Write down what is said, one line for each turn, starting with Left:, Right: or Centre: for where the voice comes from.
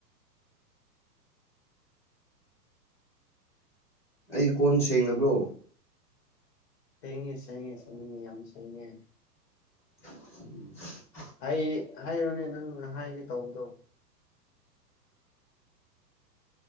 Centre: ꯑꯩ ꯀꯣꯟ ꯁꯦꯡꯗꯕ꯭ꯔꯣ
Left: ꯁꯦꯡꯉꯦ ꯁꯦꯡꯉꯦ ꯁꯦꯡꯉꯦ ꯌꯥꯝ ꯁꯦꯡꯉꯦ
Centre: <inaudible>
Left: ꯑꯩ ꯍꯥꯢꯔꯣꯅꯦ ꯅꯪꯅ ꯍꯥꯏꯒꯦ ꯇꯧꯕꯗꯣ